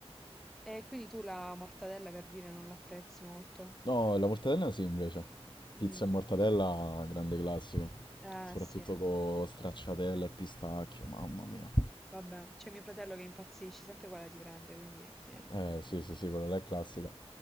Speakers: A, in the centre; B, on the left.
A: E quindi tu la mortadella per dire non l'apprezzi molto?
B: No, la mortadella sì, invece.
A: Mm.
B: Pizza e mortadella, grande classico.
A: Eh,
B: Soprattutto
A: sì,
B: con stracciatella e pistacchio, mamma mia.
A: vabbè, c'è mio fratello che impazzisce, sempre quella si prende, quindi sì.
B: Eh, sì, sì, sì, quella là è classica.